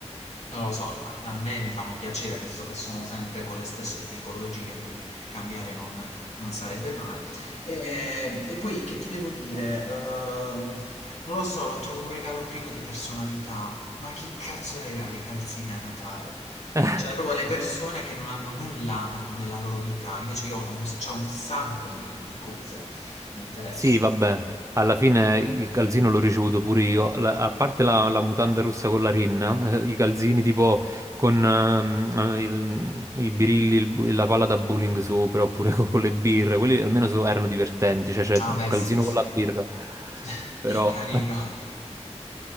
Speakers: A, on the left (about 70°); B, on the right (about 25°).
A: non lo so, a a me mi fanno piacere visto che sono sempre con le stesse tipologie, quindi cambiare non, non sarebbe male. E, e poi che ti devo dire? Ehm, non lo so, lo trovo un regalo privo di personalità. Ma che cazzo regala i calzini a Natale?
B: <laughs>
A: Cioè, proprio le persone che non hanno nulla nella loro vita, invece io ho un, c'ho un sacco di, di cose, di interessi.
B: Sì, vabbè, alla fine il calzino l'ho ricevuto pure io, La- a parte la, la mutanda rossa con la rinna, <laughs> eh, i calzini tipo con ehm, eh, il- i birilli, il bu- la palla da bowling sopra, oppure <laughs> co- con, le birre, quelli almeno so- erano divertenti, cioè c'è
A: Ah
B: il
A: beh,
B: calzino
A: sì, sì.
B: con la birra,
A: <laughs>
B: però...
A: Carino.